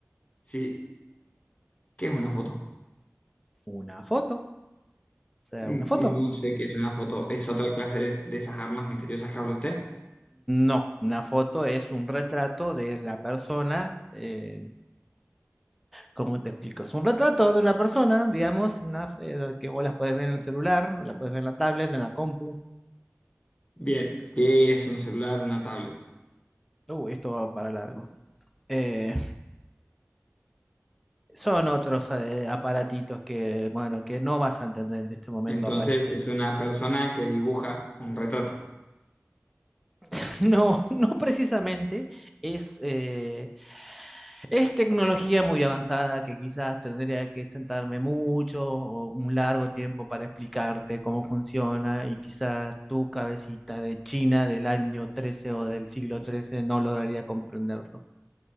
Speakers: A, on the left; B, in the centre.
A: sí, ¿qué es una foto?
B: Una foto, o sea,
A: Mm,
B: una foto.
A: No sé qué es una foto, es otra clase de, de esas armas misteriosas que habla usted.
B: No, una foto es un retrato de la persona, eh, ¿Cómo te explico? Es un retrato de una persona, digamos, una, eh, que vos la puedes ver en el celular, o la puedes ver en la tablet, en la compu.
A: Bien, ¿qué es un celular, una tablet?
B: Uh, esto va para largo. Eh, son otros eh, aparatitos que, bueno, que no vas a entender en este momento
A: Entonces
B: aparentemente.
A: es una persona que dibuja un retrato.
B: <laughs> No, no precisamente es eh, Es tecnología muy avanzada que quizás tendría que sentarme mucho o un largo tiempo para explicarte cómo funciona y quizás tu cabecita de China del año 13 o del siglo 13 no lograría comprenderlo.